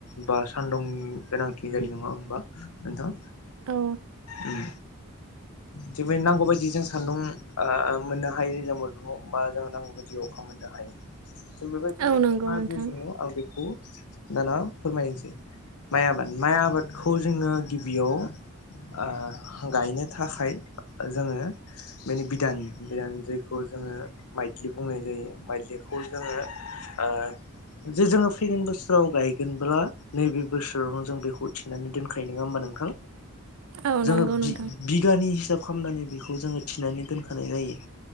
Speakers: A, on the left; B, on the right.
A: बा सान्दुंनि गोनांथि <unintelligible> नङा होमबा नोंथां
B: औ
A: उम थेयावबो नांगौ बायदि जों सान्दुं ओ मोननो हायो दैज्लां बोथोराव जों नांगौ बदि अखा मोननो हायो थिग बेबायदिनो
B: औ नंगौ
A: नोथाङा
B: नोंथां
A: जे सोंनो आं बे खौ दाना फोरमायनोसै माइ आबाद माइ आबादखौ जोङो गिबियाव ओ गायनो थाखाय जोङो बेनि बिधान बिधान जायखौ जोङो माइद्लि बुंनाय जायो माइद्लिखौ जोङो ओ जे जोङो फैगोन बोसोराव गायगोनब्ला नैबे बोसोरावनो जों बेखौ थिनानै दोनखायो नङा होमबा नोंथां
B: औ
A: जोङो
B: नंगौ नोंथां
A: बि बिगानि हिसाब खामनानै बेखौ जोङो थिनानै दोनखानाय जायो